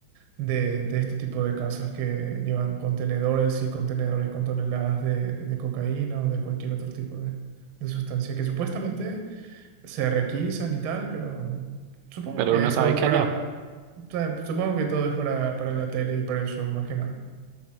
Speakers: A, on the right; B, on the right.
A: de, de este tipo de casos que llevan contenedores y contenedores con toneladas de, de cocaína o de cualquier otro tipo de, de sustancia que supuestamente se requisan y tal, pero supongo
B: pero
A: que
B: uno
A: es
B: sabe
A: todo
B: que
A: para,
B: no.
A: o sea, supongo que todo es para, para la tele y para el show más que nada.